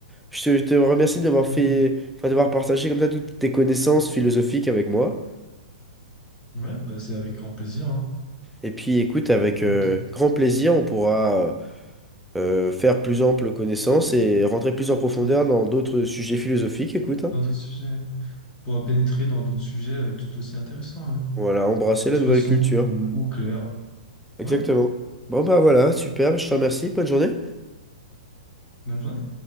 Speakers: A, in the centre; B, on the left.
A: Je te, je te remercie d'avoir fait,
B: Mm.
A: enfin, d'avoir partagé comme ça toutes tes connaissances philosophiques avec moi.
B: Ouais, bah c'est avec grand plaisir. Hein.
A: Et puis, écoute, avec
B: Écoute,
A: euh, grand plaisir, on pourra euh, euh, faire plus ample connaissance et rentrer plus en profondeur
B: ouais,
A: dans d'autres sujets philosophiques. Écoute,
B: Dans
A: hein.
B: d'autres sujets. pourra pénétrer dans d'autres sujets euh, tout aussi intéressants, hein,
A: Voilà, embrasser
B: qu'ils
A: la
B: soient
A: nouvelle
B: sombres
A: culture.
B: ou, ou clairs.
A: Exactement.
B: Ouais,
A: Bon, bah voilà, super. Je te remercie. Bonne journée.
B: bonne journée.